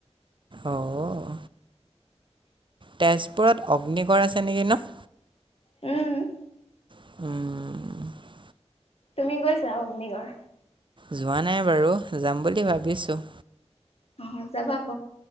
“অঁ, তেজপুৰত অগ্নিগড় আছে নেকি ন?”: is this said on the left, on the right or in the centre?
Right